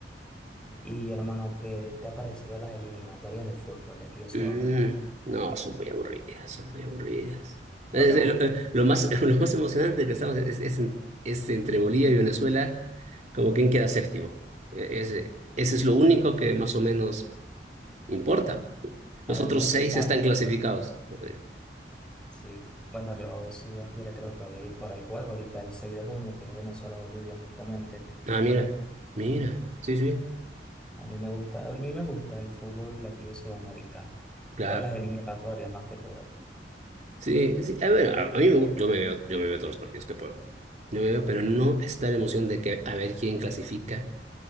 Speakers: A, in the centre; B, on the right (about 40°).
A: Y hermano, ¿qué te pareció las eliminatorias de fútbol de aquí de Sudamérica?
B: Mm, no, son muy aburridas, son muy aburridas.
A: ¿No
B: Es-
A: te
B: eh,
A: gustan?
B: lo, eh, lo más, <laughs> lo más emocionante que estamos es, es, en- es entre Bolivia y Venezuela, como quien queda séptimo. E- Ese, ese es lo único que más o menos importa.
A: Para
B: Los otros
A: el repechaje.
B: seis están clasificados. Ok.
A: Sí, bueno, yo si Dios quiere creo que voy a ir para el juego ahorita el 6 de junio, que es Venezuela-Bolivia justamente.
B: Ah, mira, mira, sí, sí,
A: A mí me gusta, a mí me gusta el fútbol de aquí de Sudamérica,
B: claro.
A: o las eliminatorias más que todo.
B: Sí, sí, a ver, a, a mí me gu- yo me veo, yo me veo todos los partidos que puedo. Yo me veo, pero
A: No,
B: no está la emoción de que a ver quién clasifica.